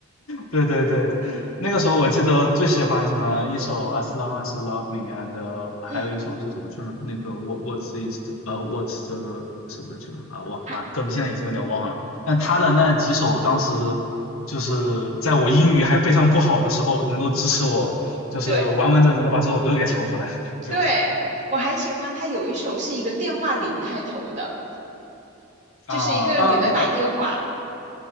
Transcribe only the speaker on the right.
嗯
嗯，
还
对
对，我还喜欢他有一首是一个电话铃开头的，
就是一个女的打电话。